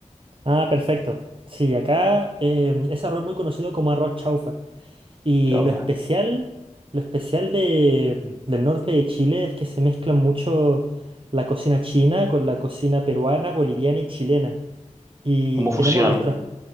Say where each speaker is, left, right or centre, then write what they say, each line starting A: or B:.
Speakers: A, on the right (about 45°); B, on the right (about 25°).
A: Ah, perfecto. Sí, acá eh, ese arroz es muy conocido como arroz chaufa. Y
B: Chaufa,
A: lo especial, lo especial de, del norte de Chile es que se mezclan mucho la cocina china con la cocina peruana, boliviana y chilena. Y
B: como
A: tenemos
B: fusión.
A: nuestra,